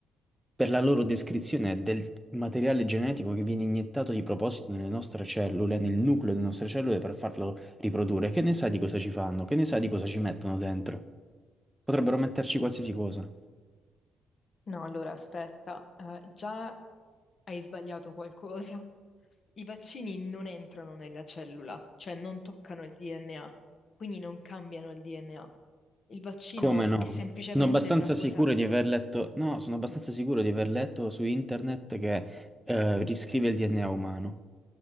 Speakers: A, in the centre; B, on the left (about 45°).
A: per la loro descrizione del materiale genetico che viene iniettato di proposito nelle nostre cellule, nel nucleo delle nostre cellule per farlo riprodurre. Che ne sa di cosa ci fanno? Che ne sa di cosa ci mettono dentro? Potrebbero metterci qualsiasi cosa.
B: No, allora aspetta, eh, già hai sbagliato qualcosa. I vaccini non entrano nella cellula, cioè non toccano il DNA, quindi non cambiano il DNA. Il vaccino
A: Come no?
B: è semplicemente
A: Sono abbastanza
B: una cosa
A: sicuro di aver letto, no, sono abbastanza sicuro di aver letto su internet che eh, riscrive il DNA umano.